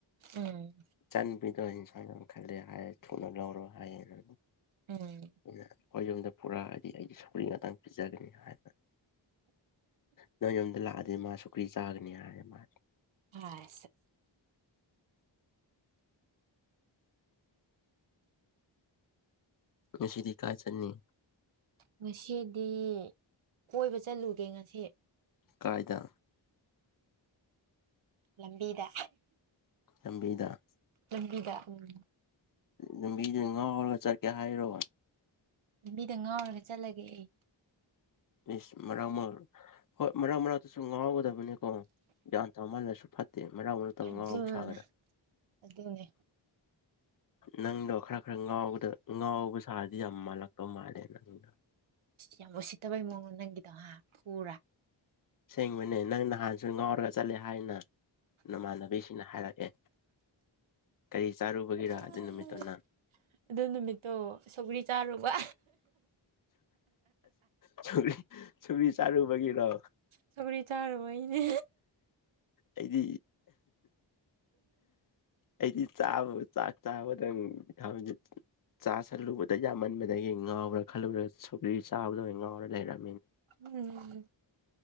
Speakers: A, on the right; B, on the left.
A: ꯎꯝ
B: ꯆꯥꯟꯕꯤꯗꯣ ꯏꯟꯁꯥꯡ ꯌꯥꯝ ꯈꯂꯦ ꯍꯥꯏ ꯊꯨꯅ ꯂꯧꯔꯣ ꯍꯥꯏꯌꯦ ꯑꯩꯅ
A: ꯎꯝ
B: ꯑꯩꯈꯣꯏ ꯌꯨꯝꯗ ꯄꯨꯔꯥ ꯍꯥꯏꯗꯤ ꯑꯩꯒꯤ ꯁꯧꯔꯤ ꯉꯥꯛꯇꯥꯡ ꯄꯤꯖꯒꯅꯤ ꯍꯥꯏꯕ ꯅꯪ ꯌꯨꯝꯝꯗ ꯂꯥꯛꯑꯗꯤ ꯃꯥ ꯁꯨꯀ꯭ꯔꯤ ꯆꯥꯒꯅꯤ ꯍꯥꯏꯌꯦ ꯃꯥ
A: ꯑ ꯑ
B: ꯃꯤꯁꯤꯗꯤ ꯀꯥ ꯆꯜꯅꯤ
A: ꯉꯁꯤꯗꯤ ꯀꯣꯏꯕ ꯆꯠꯂꯨꯒꯦ ꯉꯁꯤ
B: ꯀꯥꯏꯗ
A: ꯂꯝꯕꯤꯤꯗ
B: ꯂꯝꯕꯤꯗ
A: ꯂꯝꯕꯤꯗ ꯎꯝ
B: ꯂꯝꯕꯤꯁꯦ ꯉꯥꯎꯔꯒ ꯆꯠꯀꯦ ꯍꯥꯏꯔꯣꯕ
A: ꯂꯝꯕꯤꯗ ꯉꯥꯎꯔꯒ ꯆꯠꯂꯒꯦ ꯑꯩ
B: ꯏꯁꯁ ꯃꯔꯥꯡ ꯃꯔ ꯍꯣꯏ ꯃꯔꯥꯡ ꯃꯔꯥꯛꯛꯇꯁꯨ ꯉꯥꯎꯒꯗꯕꯅꯤꯀꯣ ꯒ꯭ꯌꯥꯟ ꯇꯧꯃꯜꯂꯁꯨ ꯐꯠꯇꯦ ꯃꯅꯥ ꯃꯔ ꯃꯇꯝ
A: ꯑꯗꯨꯅ
B: ꯉꯥꯎ ꯑꯃꯨ ꯁꯥꯒꯗ
A: ꯑꯗꯨꯅꯦ
B: ꯅꯪꯗꯣ ꯈꯔ ꯈꯔ ꯉꯥꯎꯕꯗ ꯉꯥꯎꯕ ꯁꯥꯗꯤ ꯌꯥꯝ ꯃꯥꯜꯂꯛꯄ ꯃꯥꯜꯂꯦ ꯅꯪꯗ
A: ꯌꯥꯝ ꯎꯁꯤꯠꯇꯕꯩ ꯃꯑꯣꯡꯣ ꯅꯪꯒꯤꯗꯣ ꯍꯥꯥ ꯐꯔꯥ
B: ꯁꯦꯡꯕꯅꯦ ꯅꯪ ꯅꯍꯥꯟꯁꯨ ꯉꯥꯎꯔꯒ ꯆꯠꯂꯦ ꯍꯥꯏꯅ ꯅꯃꯥꯟꯅꯕꯤꯁꯤꯡꯅ ꯍꯥꯏꯔꯛꯑꯦ ꯀꯔꯤ ꯆꯥꯔꯨꯕꯒꯤꯦꯔꯥ
A: ꯎꯝ.
B: ꯑꯗꯨ ꯅꯨꯃꯤꯠꯇꯣ ꯅꯍꯥꯟ
A: ꯑꯗꯨ ꯅꯨꯃꯤꯠꯇꯣ ꯁꯧꯒ꯭ꯔꯤ ꯆꯥꯔꯨꯕ
B: ꯆꯔꯤ ꯆꯔꯨ ꯒꯤꯔꯣ
A: ꯆꯧꯔꯤ ꯆꯥꯔ ꯋꯥꯏꯅꯦ
B: ꯑꯩꯗꯤ ꯑꯩꯗꯤ ꯆꯥꯕ ꯆꯥꯛ ꯆꯥꯕꯗꯪ ꯊ ꯆꯥ ꯁꯜꯂꯨꯕꯗ ꯌꯥꯝꯃꯟꯕꯗꯒꯤ ꯉꯥꯎꯔꯥ ꯈꯜꯂꯨꯔ ꯁꯨꯒꯔꯤ ꯆꯥꯕꯗ ꯑꯣꯏꯅ ꯉꯥꯎꯔ ꯂꯩꯔꯒ
A: ꯎꯝ